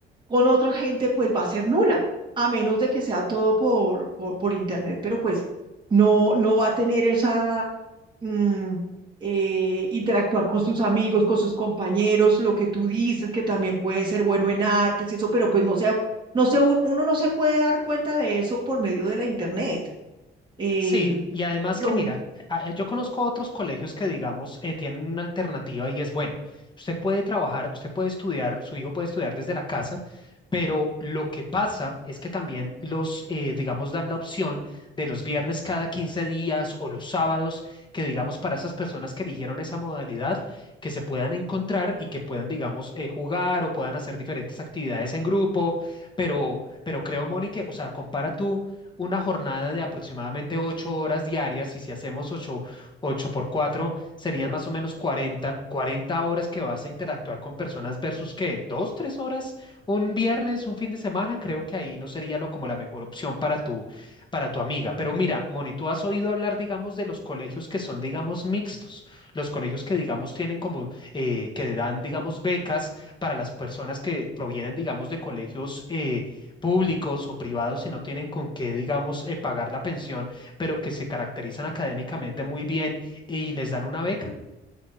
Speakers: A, on the right (about 25°); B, on the left (about 25°).
A: con otra gente pues va a ser nula, a menos de que sea todo por, por, por internet, pero pues no, no va a tener esa mm, eh, interactuar con sus amigos, con sus compañeros, lo que tú dices, que también puede ser bueno en artes y eso, pero pues no sé, no sé, un- uno no se puede dar cuenta de eso por medio de la internet. Eh,
B: Sí, y además
A: yo,
B: que mira, a- eh, yo conozco otros colegios que digamos eh, tienen una alternativa y es bueno, usted puede trabajar, usted puede estudiar, su hijo puede estudiar desde la casa, pero lo que pasa es que también los, eh, digamos, dan la opción de los viernes cada 15 días o los sábados, que digamos para esas personas que eligieron esa modalidad, que se puedan encontrar y que puedan, digamos, eh, jugar o puedan hacer diferentes actividades en grupo, pero, pero creo, Mónica, o sea, compara tú una jornada de aproximadamente ocho horas diarias, y si hacemos ocho, ocho por cuatro, serían más o menos cuarenta 40 horas que vas a interactuar con personas versus que dos, tres horas un viernes, un fin de semana, creo que ahí no sería lo, como la mejor opción para tu, para tu amiga. Pero mira, Moni, tú has oído hablar, digamos, de los colegios que son, digamos, mixtos, los colegios que, digamos, tienen como, eh, que dan, digamos, becas para las personas que provienen, digamos, de colegios eh, públicos o privados si no tienen con qué, digamos, eh, pagar la pensión, pero que se caracterizan académicamente muy bien y les dan una beca?